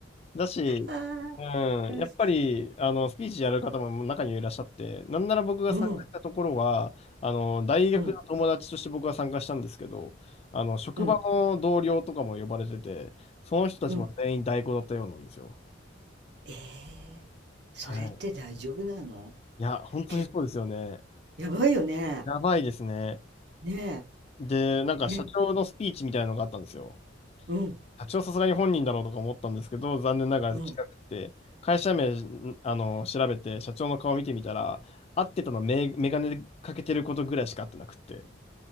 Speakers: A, on the left; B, on the right.
A: だし、
B: ああ、
A: う
B: おかしい。
A: ん、やっぱり、あの、スピーチやる方も中にはいらっしゃって、なんなら僕が参加したところは、
B: うん。
A: あの、大学の友達として僕は参加したんですけど、
B: うん、
A: あの、職場の同僚とかも呼ばれてて、
B: うん、
A: その人たちも全員代行だったようなんですよ。
B: うん。ええ、それって大丈夫なの？
A: はい。いや、本当にそうですよね。
B: けやばいよね。
A: やばいですね。
B: ね
A: で、なんか社長のスピーチみたいなのがあったんですよ。
B: え。え、うん、
A: 社長さすがに本人だろうとか思ったんですけど、残念ながら違くて、
B: うん。
A: 会社名、んあの、調べて、社長の顔見てみたら、合ってたのはメ、メガネかけてることぐらいしか合ってなくて。